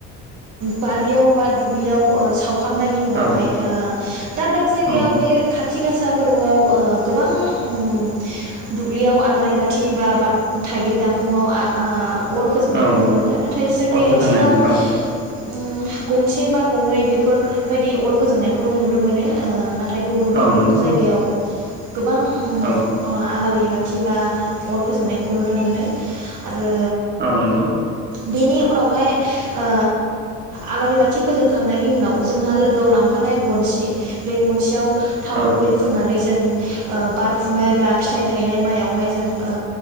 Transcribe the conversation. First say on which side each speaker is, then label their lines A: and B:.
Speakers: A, on the right; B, on the right.
A: बारियाव बा दुब्लियाव साव खांनायनि उनावहाय
B: औ
A: ओ दाब दाब जायगायाव
B: औ
A: बे खा थिगासा फोरबोआव ओ गोबां उम दुब्लियाव आलारि बाथि बा-बा थाइगिर गांखंआव आ आ अर फोजोंनायखौ
B: औ
A: नुनो मोनो नाथाय जोंनि
B: अर फोजोंनाय
A: ओनसोलाव उम
B: औ
A: गंसे बा गंनै बेफोरबायदि अर फोजोंनाय खौल' नुनो मोनो ओ नाथाय गुबुन गुबुन
B: औ नंगौ
A: जायगायाव गोबां उम
B: औ
A: आ आलारि बा थिबा अर फोजोंनायखौ नुनो मोनो आ आरो
B: औ नंगौ
A: बेनि उनावहाय ओ आलारि बाथि फोजोंखांनायनि उनाव जोंहा लोगोआव लांफानाय गनसि बे गनसियाव थाव
B: औ
A: गुबै फुननानै जों ओ बारफुनाय बा फिथाइ थाइ गानाय माइयावहाय जों ओ